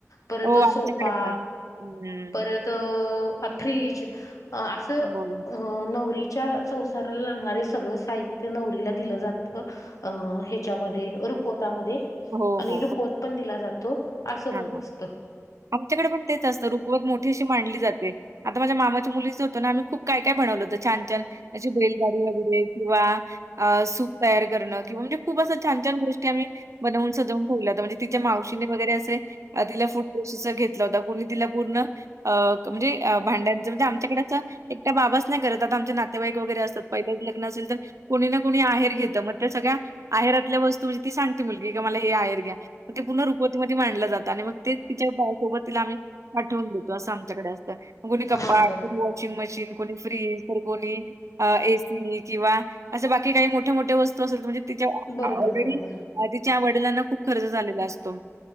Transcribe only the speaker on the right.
हो आमच्याकडे
पण. हं.
हो.
हो,
हो.
हां,
हां.
आमच्याकडे पण तेच असतं रुखवक मोठी अशी मांडली जाते आता माझ्या मामाच्या मुलीच होत ना आम्ही खूप काय काय बनवलं होत छानछान त्याची बैलगाडी वगैरे किंवा अ सूप तयार करणं किंवा म्हणजे खूप असं छान छान गोष्टी आम्ही बनवून सजवून ठेवलं म्हणजे तिच्या मावशीने वगैरे असे तिला फुटो घेतला होता कणी तिला पूर्ण अ म्हणजे भांड्यांचं म्हणजे आमच्याकडच एकट्या बाबाच नाही करत आता आमचे नातेवाईक वगैरे असतात पहिलंच लग्न असेल. तर कोणी ना कोणी आहेर घेतं मग त्या सगळ्या आहेरातल्या वस्तू म्हणजे ती सांगते मुलगी की मला हे आहेर घ्या म ते पुन रुकवतीमध्ये मांडलं जातो. आणि मग तेच तिच्या बासोबत तिला आम्ही आठवून देतो असं आमच्याकडे असत मगुणी कपपा
वॉशिंग मशीन कोणी फ्रीज तर कोणी अ एसी किंवा असशा बाकी काही मोठ्या मोठ्या वस्तू असेल म्हणजे तिच्या
ऑलरेडी
तिच्या वडिलांना खूप खर्च झालेला असतो.